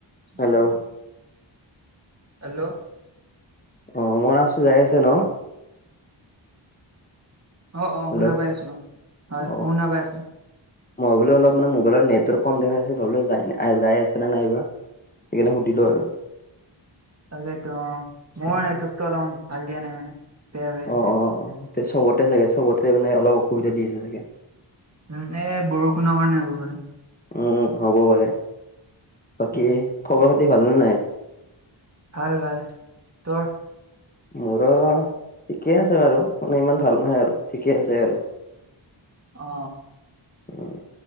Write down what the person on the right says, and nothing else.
<unintelligible> hello.
অ', অ',
শুনা পাই আছো। হয়,
শুনা পাই আছো।
তাকেটো অ', মোৰো
নেটৱৰ্কটো অলপ ভাল দিয়া নাই মানে, বেয়া হৈ আছে।
উম, এ, ৎ বৰষুণৰ কাৰণে হ'ব পাৰে।
উম
ভাল-ভাল, তোৰ?।
অ।